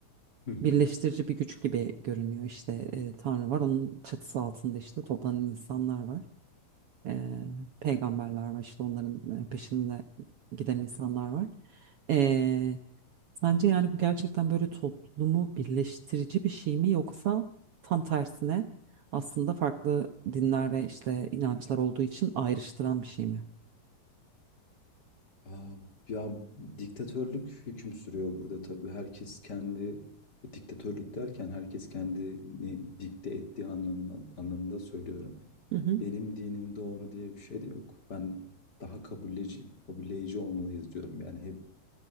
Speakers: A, on the left; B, on the right.
A: <laughs>
B: Birleştirici bir güç gibi görünüyor işte eee, Tanrı var onun çatısı altında işte toplanan insanlar var. Eee, peygamberler var işte onların e, peşinde giden insanlar var. Eee, sence yani bu gerçekten böyle toplumu birleştirici bir şey mi yoksa tam tersine aslında farklı dinler ve işte inançlar olduğu için ayrıştıran bir şey mi?
A: Aa, ya diktatörlük hüküm sürüyor burada tabii. Herkes kendi diktatörlük derken herkes kendini dikte ettiği anlamına, anlamında söylüyorum.
B: Hı hı.
A: Benim dinim doğru diye bir şey de yok. Ben daha kabulleyici, kabulleyici olmalıyız diyorum. Yani hep